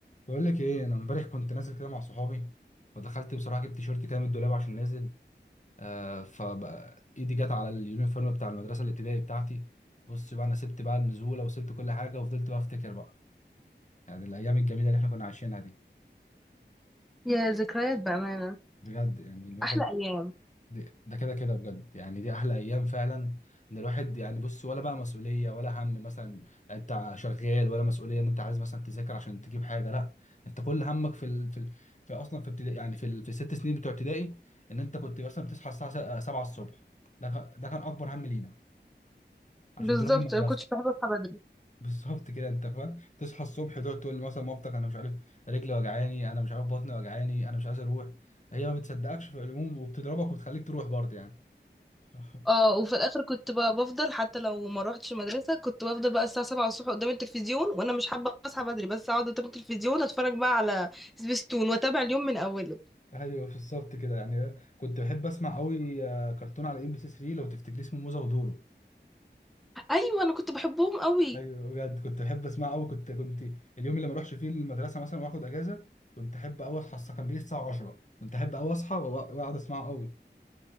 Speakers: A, on the left (about 40°); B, in the centre.
A: بقول لك ايه انا امبارح كنت نازل كده مع صحابي فدخلت بصراحه جبت تيشيرت كده من الدولاب عشان نازل آه فبقى ايدي جت على اليونيفورم بتاع المدرسه الابتدائي بتاعتي بص بقى انا سبت بقى النزوله وسبت كل حاجه وفضلت بقى افتكر بقى يعني الايام الجميله اللي احنا كنا عايشينها دي
B: يا ذكريات بأمانة
A: بجد يعني الواحد
B: أحلى أيام
A: دي- ده كده كده بجد يعني دي احلى ايام فعلا ان الواحد يعني بص ولا بقى مسؤوليه ولا هم مثلا انت شغال ولا مسؤوليه ان انت عايز مثلا تذاكر عشان تجيب حاجه لا انت كل همك في ال... في, ال... في اصلا في ابتدائي يعني في ال... في الست سنين بتوع ابتدائي ان انت كنت مثلا بتصحى الساعه 7 الصبح ده كان... ده كان اكبر هم لينا عشان
B: بالظبط
A: تروح المدرسه
B: أنا كنتش بحب أصحى بدري
A: <laughs> بالظبط كده انت فاهم تصحى الصبح تقعد تقول مثلا مامتك انا مش عارف رجلي وجعاني انا مش عارف بطني وجعاني انا مش عايز اروح هي ما بتصدقكش في العموم وبتضربك وبتخليك تروح برضه يعني <laughs>
B: اه وفي الآخر كنت بقى بفضل حتى لو ما روحتش المدرسة كنت بفضل بقى الساعة 7 الصبح قدام التلفزيون وأنا مش حابة أصحى بدري بس أقعد قدام التلفزيون أتفرج بقى على سبيستون وأتابع اليوم من أوله
A: ايوه بالظبط كده يعني كنت بحب اسمع قوي آه، كرتون على ام بي سي 3 لو تفتكري اسمه موزه ودورو
B: أيوة أنا كنت بحبهم قوي
A: ايوه بجد كنت بحب اسمع قوي كنت كنت اليوم اللي ما اروحش فيه المدرسه مثلا واخد اجازه كنت احب قوي اصحى الساعه- كان بيجي الساعه 10 كنت احب قوي اصحى وأ- واقعد اسمعه قوي